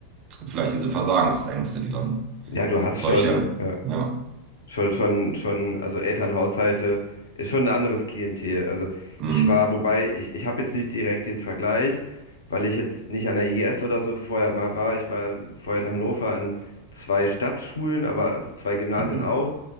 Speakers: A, on the right (about 35°); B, on the left (about 65°).
A: Und vielleicht diese Versagensängste, die dann
B: Ja, du hast
A: solche,
B: schon. Ja.
A: ja,
B: Schon, schon, schon, also Elternhaushalte ist schon ein anderes Klientel. Also
A: mh,
B: ich war, wobei, ich, ich habe jetzt nicht direkt den Vergleich, weil ich jetzt nicht an der IGS oder so vorher mal war. Ich war vorher in Hannover an zwei Stadtschulen, aber also zwei Gymnasien
A: mh,
B: auch.